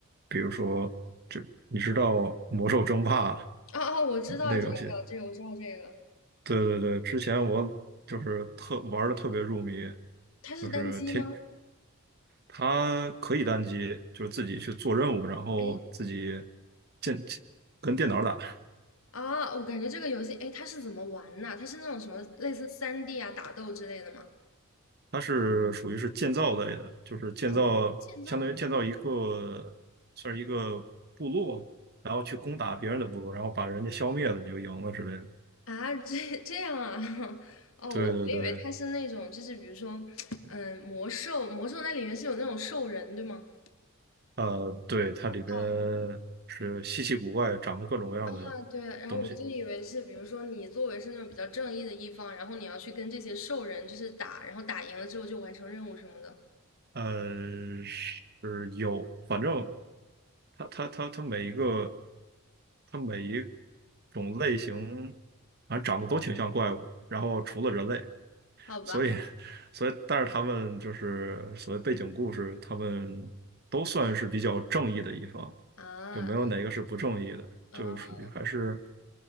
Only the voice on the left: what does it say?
哦哦，我知道这个，
这个我知道这个，
它是单机吗？
哎，
啊，我感觉这个游戏，哎，它是怎么玩呐？它是那种什么类似三 d 啊打斗之类的吗？
啊，建造
啊，这这样啊？<laughs> 哦，
我我以为他是那种，就是比如说，嗯，魔兽，魔兽那里面是有那种兽人，对吗？
哦，
啊，对，然后我就以为是，
比如说你作为是那种比较正义的一方，然后你要去跟这些兽人就是打，然后打赢了之后就完成任务什么的，
好吧？
啊，
嗯。